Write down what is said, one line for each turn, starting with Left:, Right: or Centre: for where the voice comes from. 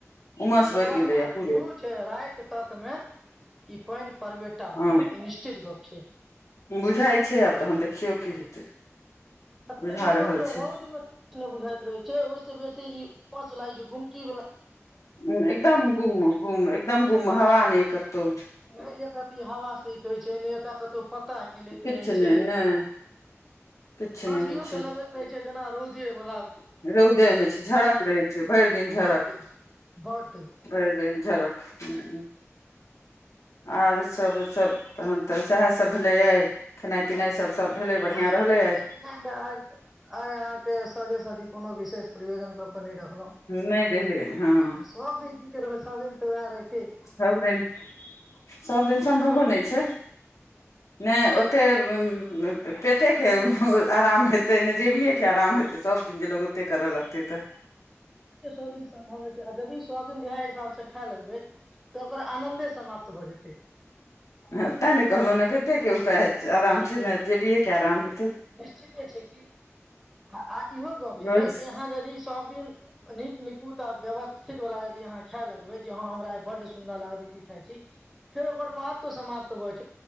Left: उमस
Centre: तकर
Left: बढ़ि
Centre: बाद
Left: गेलैए
Centre: अहां बुझु
Left: पूरे
Centre: राति तकमे इ पानि पड़बे टा करत
Left: हाँ
Centre: ई निश्चित गप छै
Left: बुझाय छै, आब तहन देखियौ की हेतै।
Centre: <unintelligible>
Left: बुझा
Centre: गेलौ
Left: रहल
Centre: ते
Left: छै
Centre: रौद मे ते कुछ नै बुझाय रहै छै, ओय से बेसी ई <unintelligible> लागै छै गुमकी वला
Left: उम्म एकदम गुम, गुम एकदम गुम हवा नहि कतहु
Centre: नै एक रति हवा सिह के छै, नै एकटा कतौ पत्ता हिलैत
Left: किछु
Centre: रहै छै,
Left: नहि नहि किछु
Centre: साँझियो
Left: नहि होइ छै
Centre: के लगैत रहै छै। जना रौदे बला
Left: रौदे मे छी, झरक रहै छै, भेर दिन झरक,
Centre: बड बड
Left: भेर दिन झरक उम्म। आर सब सब तहन तऽ सहाए सब भेलै या खेनाय-पिनाय सब सब भेलै बढ़िआँ
Centre: आय
Left: रहलै
Centre: खानेये
Left: आइ
Centre: पीनाय हय आय, आय अहाँ के सादे सादी कुनो विशेष प्रयोजन क <unintelligible> राखलो,
Left: नहि रहै हँ
Centre: आ सब दिन की करबै सादे <unintelligible>
Left: सब दिन, सब दिन सम्भवो नै छै, नै ओते उम्म पेटे के आराम हेतै, नै जेबिये के आराम हेतै, सब दिन जे लोक ओते कराय लगतै ते।
Centre: ए सब दिन सम्भव हय छै, आ जदि सब दिन इहाए हिसाब से खाय लगबै तऽ ओकर आनंदे समाप त भ जेते।
Left: हां ताय ने कहलौ ने पेटे के उपाय हय, अराम छै, नै जेबिये के अराम हे
Centre: निश्चिते छै कि आ इहो गप्प छै
Left: रोज
Centre: ने कि यहाँ जदि सब दिन नीक निकुत आ व्यवस्थित वला यदि अहाँ खाय लगबे, जे हां हमरा बड सुंदर लागत ई चीज खाय छी, फेर ओकर महत्व समाप्त भ